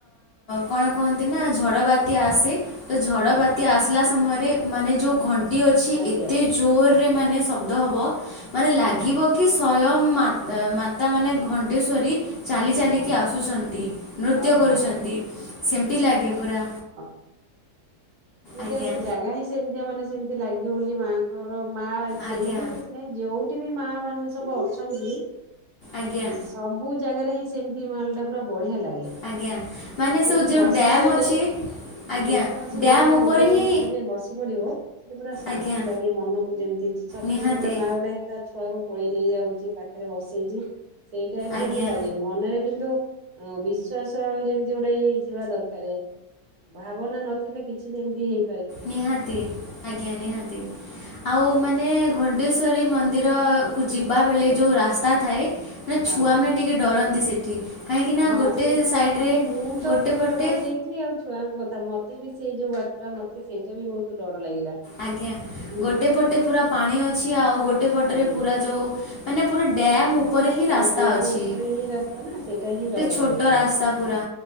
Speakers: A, on the left; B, on the right.
A: କଣ କୁହନ୍ତି ନା ଝଡ଼ ବାତ୍ୟା ଆସେ। ତ ଝଡ଼
B: ହଁ
A: ବାତ୍ୟା ଆସିଲା ସମୟରେ ମାନେ ଯୋଉ ଘଣ୍ଟି ଅଛି
B: ଆଜ୍ଞା
A: ଏତେ ଜୋରରେ ମାନେ ଶବ୍ଦ ହବ ମାନେ ଲାଗିବ
B: ହଁ
A: କି ସ୍ଵୟଂ ମା ମାତା ମାନେ ଘଣ୍ଟେଶ୍ଵରୀ ଚାଲି ଚାଲିକି
B: ଓହୋ
A: ଆସୁଛନ୍ତି। ନୃତ୍ୟ
B: ଓହୋ
A: କରୁଛନ୍ତି ସେମିତି ଲାଗେ ପୁରା।
B: <inaudible> ସେଟା
A: ଆଜ୍ଞା
B: ସେ ଜାଗା ହିଁ ସେମିତିଆ ମାନେ ସେମିତି ଲାଗିବ ବୋଲି ମାଆଙ୍କର ମା
A: ଆଜ୍ଞା
B: ସେମିତି ମାନେ ଯୋଉଠି ବି ମା ମାନେ ସବୁ ଅଛନ୍ତି
A: ଆଜ୍ଞା
B: ସବୁ ଜାଗାରେ ହିଁ ସେମିତି ମାଲ ଟା ପୁରା ବଢିଆ ଲାଗେ।
A: ଆଜ୍ଞା ମାନେ
B: ସେଠି
A: ସେ ଯୋଉ
B: ବସି
A: ଡ୍ୟାମ୍
B: ପଇଲେ
A: ଅଛି ଆଜ୍ଞା
B: ଯେକୌଣସି
A: ଡ୍ୟାମ୍
B: ମା
A: ଉପରେ
B: ମନ୍ଦିରରେ
A: ହିଁ
B: ତମେ ଯଦି ବସି ପଡିବ ସେଠି ପୁରା ଶାନ୍ତି
A: ଆଜ୍ଞା
B: ଲାଗେ। ମନକୁ ଯେମିତି ସତେ
A: ନିହାତି
B: ଯେମିତି ଗୋଟେ ମା ଗୋଟେ ତା ଛୁଆକୁ କୋଳେଇ ନେଇ ଯାଉଛି। ପାଖରେ ବସେଇଛି ସେଇ ଟାଇପ
A: ଆଜ୍ଞା
B: ର ହିଁ ଲାଗେ। ମନରେ କିନ୍ତୁ ଅ ବିଶ୍ୱାସ ଆଉ ଯେମିତି ଗୋଟେ ଥିବା ଦରକାର। ଭାବନା ନଥିଲେ କିଛି ଯେମିତି ହେଇ
A: ନିହାତି ଆଜ୍ଞା ନିହାତି। ଆଉ ମାନେ ଘଣ୍ଟେଶ୍ଵରୀ ମନ୍ଦିର କୁ ଯିବା ବେଳେ
B: ଆଜ୍ଞା
A: ଯୋଉଁ ରାସ୍ତା ଥାଏ। ନା
B: ହଁ
A: ଛୁଆମାନେ ଟିକେ ଡରନ୍ତି ସେଠି। କାହିଁକିନା
B: ହଁ
A: ଗୋଟେ
B: ସେଇ ଛୁଆ
A: ସାଇଡ଼ରେ
B: ମାନେ ମୁଁ ତ
A: ଗୋଟେ
B: ପୁରା
A: ପଟେ
B: ଡରି ଯାଇଥିଲି। ଆଉ ଛୁଆଙ୍କ କଥା ମତେ ବି ସେଇ ଯୋଉ ବା ଟା ମତେ ସେଇଟା ବି ବହୁତ ଡର ଲାଗିଲା।
A: ଆଜ୍ଞା।
B: ହୁଁ
A: ଗୋଟେ ପଟେ ପୁରା ପାଣି ଅଛି ଆଉ ଗୋଟେ ପଟରେ
B: ଆଜ୍ଞା
A: ପୁରା ଯୋଉ ମାନେ ପୁରା ଡ୍ୟାମ୍ ଉପରେ ହିଁ
B: ପୁରା
A: ରାସ୍ତା
B: ଡ୍ୟାମ
A: ଅଛି।
B: ଉପରେ
A: ଗୋଟେ
B: ହିଁ ରାସ୍ତା ନା ସେଇଟା ହିଁ ଡର
A: ଛୋଟ
B: ମାଡେ ପୁରା
A: ରାସ୍ତା ପୁରା।